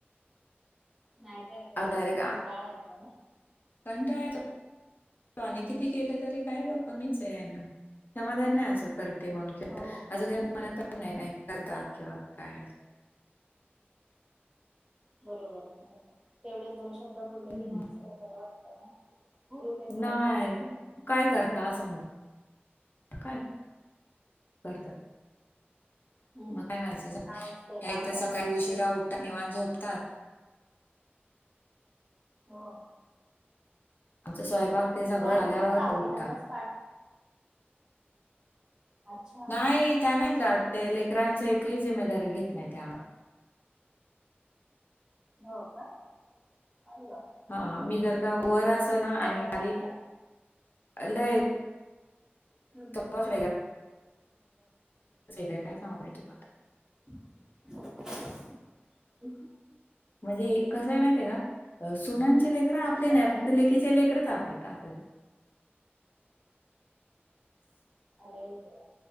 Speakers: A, on the right; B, on the left.
A: नाहीतर काय
B: डायरेक्ट
A: कंटाळ येतो ना.
B: कंटाळा येतो. आणि किती केलं तरी काय ग कमीच आहे यांना समाधान नाही असं करत. ते म्हणूनि
A: हो
B: असं काही मणत पण नाही नाही करतात किंवा काय.
A: बरोबर तेवढेच दोन शब्द बोलले
B: हम्म.
A: की माणसाला बरं वाटतं ना. हुरूप येतो
B: नाही
A: अजून कामाला.
B: काय करता असं म्हण काय. करतात.
A: हम्म.
B: मग काय माणायचं
A: काय असतंय
B: ह्या
A: काम
B: इथं सकाळी
A: घरात बसून.
B: उशिरा उठतात निवांत झोपतात.
A: हो.
B: आमचा स्वयंपाक ते सगळं
A: व्हॅन
B: झाल्यावर
A: उगच लावली
B: उठतात
A: ह्यांनाच पाठ अच्छा
B: नाहीय त्या नाही जात ते लेकरांची एकही जिमेदारी घेत नाही त्या
A: हो का अर का
B: हा मी जर का वर अस ना आणि
A: का जास्त?
B: खली लय
A: हम्म हम्म.
B: म्हज आहे काय सांगू बा तुलाता
A: <inaudible>
B: म्हणजे कसं आहे माह आहे का सुना लेकर आपले
A: मग सकाळी
B: नाही फक्त
A: कशी
B: लेखचे लेकरच आपले का
A: हा,
B: हम्
A: अरे ब